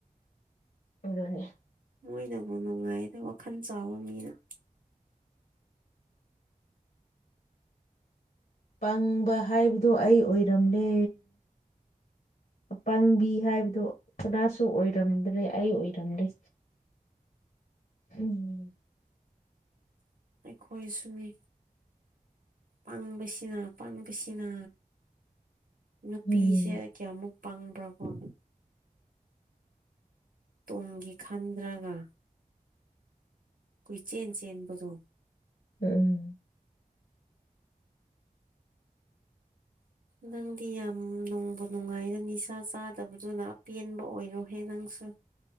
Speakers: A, on the left (about 75°); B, on the right (about 70°).
A: ꯑꯗꯨꯅꯦ
B: ꯃꯣꯏꯅꯕꯨ ꯅꯨꯡꯉꯥꯏꯗ ꯋꯥꯈꯟ ꯆꯥꯎꯕ ꯃꯤꯅ
A: ꯄꯪꯕ ꯍꯥꯏꯕꯗꯣ ꯑꯩ ꯑꯣꯏꯔꯝꯂꯦ ꯑꯄꯪꯕꯤ ꯍꯥꯏꯕꯗ‌ꯣ ꯀꯅꯥꯁꯨ ꯑꯣꯏꯔꯝꯗ꯭ꯔꯦ ꯑꯩ ꯑꯣꯏꯔꯝꯂ‌ꯦ ꯎꯝ
B: ꯑꯩꯈꯣꯏ ꯁꯨꯅꯤ ꯄꯪꯕꯁꯤꯅ ꯄꯪꯕꯁꯤꯅ ꯅꯨꯄꯤꯁꯦ
A: ꯎꯝ
B: ꯀꯌꯥꯃꯨꯛ ꯄꯪꯕ꯭ꯔꯀ‌ꯣ ꯇꯨꯡꯒꯤ ꯈꯟꯗ꯭ꯔꯒ ꯀꯨꯏ ꯆꯦꯟ ꯆꯦꯟꯕꯗꯣ
A: ꯎꯝ <inaudible>
B: ꯅꯪꯗꯤ ꯌꯥꯝ ꯅꯨꯡꯕꯨ ꯅꯨꯡꯉꯥꯏꯗ ꯅꯤꯁꯥ ꯆꯥꯗꯕꯗꯨꯅ ꯑꯄꯦꯟꯕ ꯑꯣꯏꯔꯣꯍꯦ ꯅꯪꯁꯨ